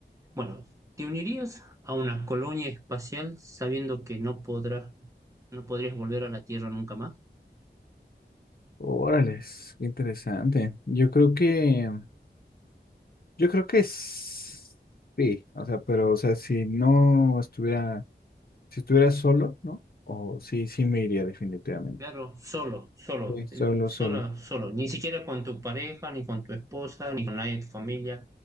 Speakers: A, on the right (about 15°); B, on the left (about 55°).
A: Bueno, ¿te unirías a una colonia espacial sabiendo que no podrás, no podrías volver a la Tierra nunca más?
B: órale, qué interesante. Yo creo que, yo creo que s- sí, o sea, pero, o sea, si no estuviera, si estuviera solo, ¿no? O sí, sí me iría definitivamente.
A: Claro, solo, solo,
B: Sí. Solo,
A: eh, solo,
B: solo.
A: solo, ni siquiera con tu pareja, ni con tu esposa, ni con nadie de tu familia.